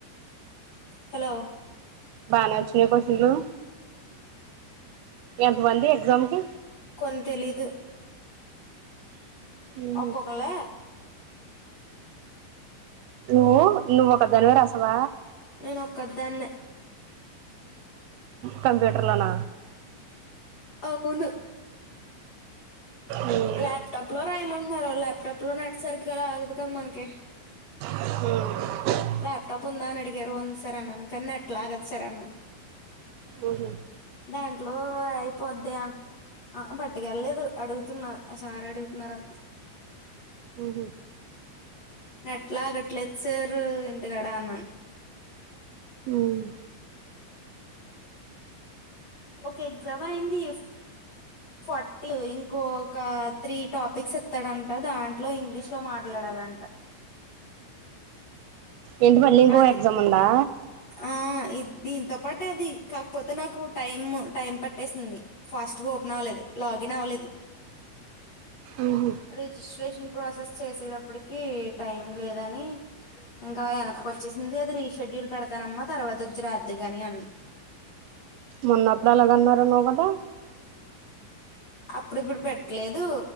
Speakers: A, on the left; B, on the right.
A: హలో
B: బానే వొచ్చినయ క్వశ్చన్లు ఎంతమంది ఎగ్జామ్ కి
A: కొన్ తెలీదు
B: మ్హూ
A: ఒక్కొకలే
B: నువ్వు నువ్వు ఒక దానివె రాసవ
A: నేను ఒక్క దాన్నే
B: కంప్యూటర్ లోన
A: అవును
B: మ్మ్
A: ల్యాప్టాప్ లో రాయమంటున్నరు ల్యాప్టాప్ లో నెట్ సరిగ్గా రాద్ కదా మనకి
B: హు
A: ల్యాప్టాప్ ఉంద అని అడిగారు ఉంది సార్ అన్నాను కానీ నెట్ లాగదు సార్ అన్న
B: ఉహు
A: దాంట్లో అయిపోద్ద ఆ పట్టుక వెళ్లేదు అడుగుతున్న ఆ సార్ అడుగుతున్నారు అన్
B: ఊహు
A: నెట్ లాగట్లేదు సారు ఇంటికాడ అన్నాను
B: హ్మ్
A: ఒక ఎగ్జామ్ అయింది ఫార్టీ ఇంకో ఒక త్రీ టాపిక్స్ ఇత్తడంట దాంట్లో ఇంగ్లీష్ లో మాట్లాడాలంట
B: ఏంటి మళ్ళీ ఇంకొక
A: అది
B: ఎగ్జామ్ ఉందా
A: ఆ ఇ దీంతో పాటే అది కాకపోతే నాకు టైమ్ టైం పట్టేసింది ఫాస్ట్ గా ఓపెన్ అవ్వలేదు లాగిన్ అవ్వలేదు
B: ఊహూ
A: రిజిస్ట్రేషన్ ప్రాసెస్ చేసేటప్పటికి టైం లేదని ఇంకా ఎనక్కి వొచ్చేసింది అది రీషెడ్యూల్ పెడతానమ్మా తర్వాత వొచ్చి రాద్దుగాని అన్న
B: మొన్న అప్పుడు అలాగే అన్నారన్నావు కదా
A: అప్పుడు ఇప్పుడు పెట్లేదు